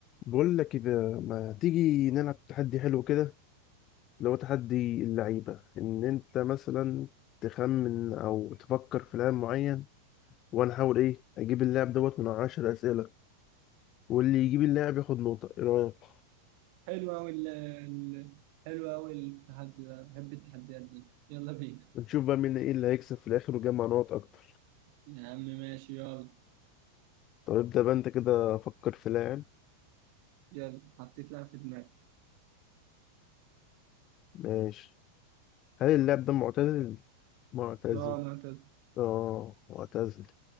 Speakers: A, on the left; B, on the right.
A: بقول لك إذا ما تيجي نلعب تحدي حلو كده اللي هو تحدي اللعيبة إن أنت مثلا تخمن أو تفكر في لاعب معين وأنا أحاول إيه أجيب اللاعب دوت من عشر أسئلة واللي يجيب اللاعب ياخد نقطة إيه رأيك؟
B: حلو أوي ال ال- حلو أوي التحدي ده بحب التحديات دي يلا بينا
A: ونشوف بقى مين إيه اللي هيكسب في الآخر ويجمع نقط أكتر
B: يا عم ماشي يلا
A: طب ابدأ بقى أنت كده فكر في لاعب
B: يلا حطيت لاعب في دماغي
A: ماشي هل اللاعب ده معتزل؟ معتزل
B: اه معتز
A: آه معتزل